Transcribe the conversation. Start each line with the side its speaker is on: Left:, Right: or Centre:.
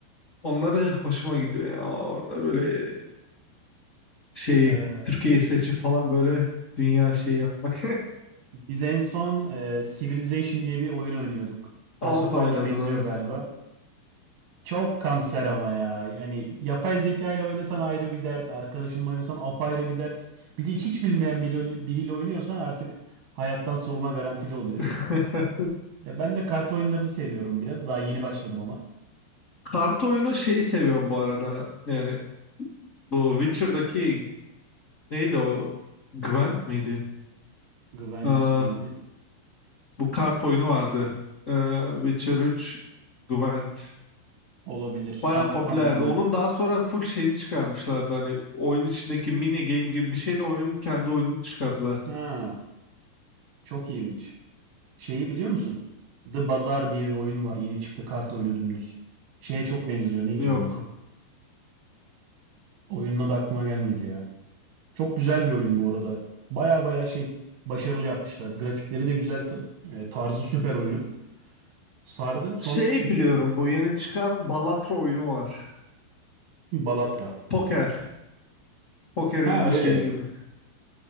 Left: Onları hoşuma gidiyor ya. Orada böyle şeyi
Right: Ee,
Left: Türkiye'yi seçip falan böyle dünya şeyi yapmak.
Right: biz en son e, Civilization diye bir oyun oynuyorduk.
Left: <laughs>
Right: Hearts
Left: Onu
Right: of Iron'a
Left: da oynadım
Right: benziyor
Left: evet.
Right: galiba. Çok kanser ama ya. Yani yapay zeka ile oynasan ayrı bir dert, arkadaşınla oynasan apayrı bir dert. Bir de hiç bilmeyen biri, biriyle oynuyorsan artık hayattan soğuma garantili oluyor.
Left: <laughs>
Right: Ya ben de kart oyunlarını seviyorum biraz. Daha yeni başladım ama.
Left: Kart oyunu şeyi seviyorum bu arada. Yani Bu Witcher'daki neydi o? Gwent miydi?
Right: Gwent
Left: Ee,
Right: miydi?
Left: bu kart oyunu vardı. Ee, Witcher üç Gwent.
Right: Olabilir.
Left: Baya
Right: Tam
Left: popülerdi.
Right: tam bilmiyorum.
Left: Onun daha sonra full şeyini çıkarmışlardı. Hani oyun içindeki mini game gibi bir şey de oyunun kendi oyununu çıkardılar.
Right: Ha, çok iyiymiş. Şeyi biliyor musun? The Bazaar diye bir oyun var. Yeni çıktı kart oyunu dümdüz. Şeye çok benziyor. Neydi
Left: Yok.
Right: onun adı? Oyunun adı aklıma gelmedi ya. Çok güzel bir oyun bu arada. Baya baya şey başarılı yapmışlar. Grafikleri de güzel, ta- e, tarzı süper oyunun. Sardı. Son
Left: Şey biliyorum bu yeni çıkan Balatro oyunu var.
Right: Balatra.
Left: Poker. Poker'in
Right: Ha öyle.
Left: bir şeyi gibi.